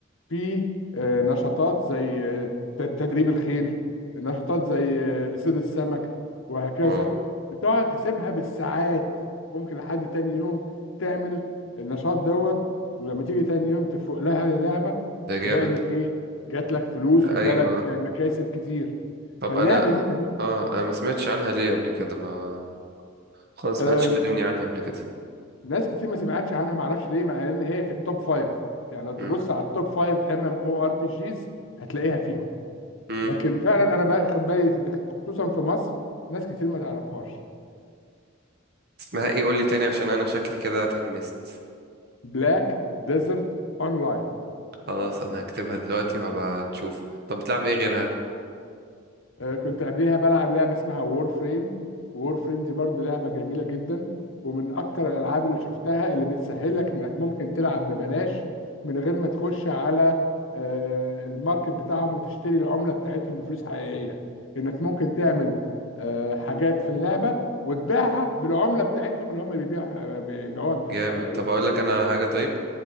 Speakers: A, on the left; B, on the right.
A: في آه، نشاطات زي آه، ت- تدريب الخيل نشاطات زي آه، صيد السمك وهكذا
B: واو
A: بتقعد تسيبها بالساعات ممكن لحد تاني يوم تعمل النشاط دوت ولما تيجي تاني يوم تفوق لها للعبة
B: ده جامد
A: تلاقي انك ايه جات لك فلوس وجالك
B: ايوه
A: مكاسب كتير
B: طب
A: فاللعبة
B: انا
A: دي جميلة
B: اه انا ما سمعتش عنها ليه قبل كده ما خالص
A: آه،
B: ما حدش كلمني عنها قبل كده
A: ناس كتير ما سمعتش عنها ما اعرفش ليه مع ان هي في التوب فايف يعني لو تبص
B: مم.
A: على التوب فايف ام ام او ار بي جيز هتلاقيها فيهم
B: مم.
A: لكن فعلا انا باخد بالي بخ- خصوصا في مصر ناس كتير ما تعرفهاش
B: اسمها ايه قول لي تاني عشان انا شكلي كده اتحمست
A: بلاك ديزرت اونلاين
B: خلاص انا هكتبها دلوقتي وهبقى نشوف طب بتلعب ايه غيرها
A: آه، كنت قبليها بلعب لعبة اسمها وور فريم وور فريم دي برضه لعبة جميلة جدا ومن أكتر الألعاب اللي شفتها اللي بتسهل لك إنك ممكن تلعب ببلاش من غير ما تخش على آه، الماركت بتاعهم وتشتري العملة بتاعتهم بفلوس حقيقية إنك ممكن تعمل آه، حاجات في اللعبة وتبيعها بالعملة بتاعتهم اللي هم بيبيعوا- بيبيعوها بفلوس
B: جامد
A: حقيقية
B: طب اقول لك انا على حاجه طيب